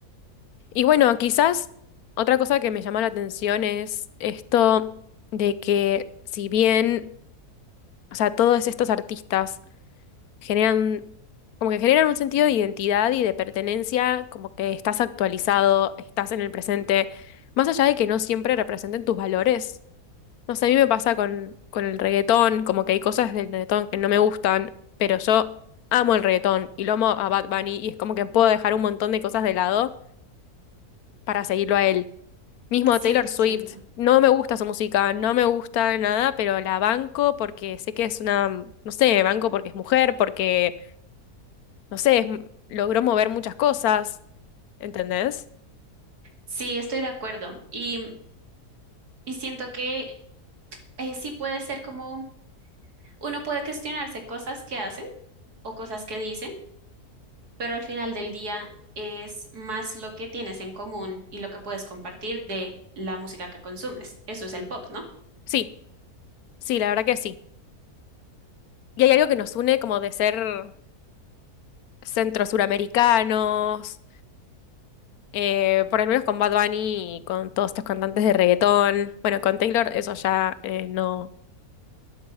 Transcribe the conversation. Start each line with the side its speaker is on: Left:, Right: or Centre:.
Left: Y bueno, quizás otra cosa que me llama la atención es esto de que si bien, o sea, todos estos artistas generan, como que generan un sentido de identidad y de pertenencia, como que estás actualizado, estás en el presente, más allá de que no siempre representen tus valores. No sé, a mí me pasa con, con el reggaetón, como que hay cosas del reggaetón que no me gustan, pero yo amo el reggaetón y lo amo a Bad Bunny y es como que puedo dejar un montón de cosas de lado para seguirlo a él. Mismo
Right: cien
Left: Taylor
Right: por
Left: Swift,
Right: ciento.
Left: no me gusta su música, no me gusta nada, pero la banco porque sé que es una, no sé, banco porque es mujer, porque, no sé, es- logró mover muchas cosas, ¿entendés?
Right: Sí, estoy de acuerdo. Y, y siento que eh, sí puede ser como, uno puede cuestionarse cosas que hacen o cosas que dicen, pero al final del día es más lo que tienes en común y lo que puedes compartir de la música que consumes. Eso es el pop, ¿no?
Left: Sí, sí, la verdad que sí. Y hay algo que nos une como de ser centro-suramericanos, eh, por lo menos con Bad Bunny y con todos estos cantantes de reggaetón. Bueno, con Taylor eso ya eh, no,